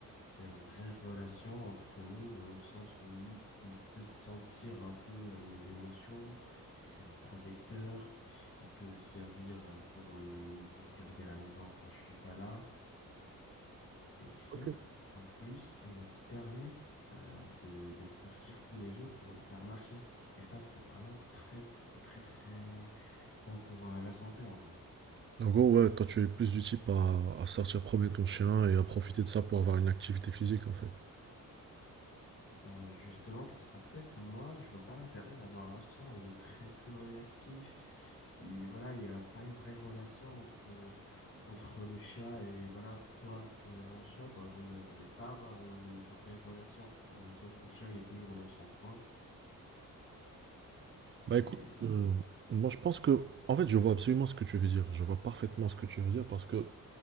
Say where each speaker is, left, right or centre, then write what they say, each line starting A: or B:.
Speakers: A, on the left (about 40°); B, on the right (about 35°).
A: Il y a une vraie relation entre nous dans le sens où oui, il peut sentir un peu euh, mes émotions, c'est un protecteur, il peut servir euh, pour, me- pour garder la maison quand je suis pas là. Et tu sais,
B: Ok.
A: en plus, il me permet euh, de, de sortir tous les jours pour le faire marcher. Et ça, c'est vraiment très, un très, très bon pour euh, la santé en vrai.
B: En gros, ouais, toi tu es plus du type à, à sortir promener ton chien et à profiter de ça pour avoir une activité physique en fait.
A: Ben justement, parce qu'en fait, moi, je vois pas l'intérêt d'avoir un chat. Il est très peu réactif. Il, voilà, il n'y a pas une vraie relation entre, euh, entre le chat et voilà, toi, en ayant un chat, ben, vous n'allez pas avoir une vraie relation, dans le sens où le chat, il est toujours dans son coin.
B: Bah
A: Et
B: écoute, euh, moi je pense que, en fait je vois absolument ce que tu veux dire, je vois parfaitement ce que tu veux dire parce que